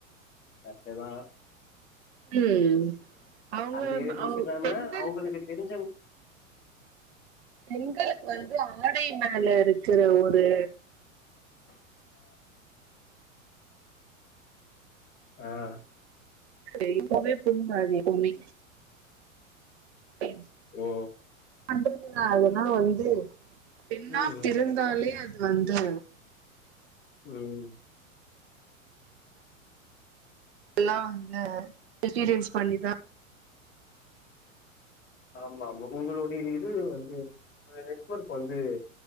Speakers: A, on the left; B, on the right.
A: கரெக்டு தா
B: ம் அவங்க
A: அந்த ஏழு டிரஸ்
B: அவ்
A: இல்லாம
B: பெண்களுக்கு
A: அவுங்களுக்கு தெரிஞ்சவங்
B: பெண்களுக்கு வந்து ஆடை மேல இருக்கற ஒரு
A: ஆ ஆ
B: எப்பவுமே பொங்காது எப்பவுமே சேரி
A: ஓ
B: பண்றது அதெல்லா வந்து பெண்ணா
A: ம்
B: பிறந்தாலே அது வந்து
A: ம்
B: எல்லா வந்து எக்ஸ்பீரியன்ஸ் பண்ணிதா
A: ஆமா ஆமா உங்களுடைய இது வந்து உங்க நெட்வொர்க் வந்து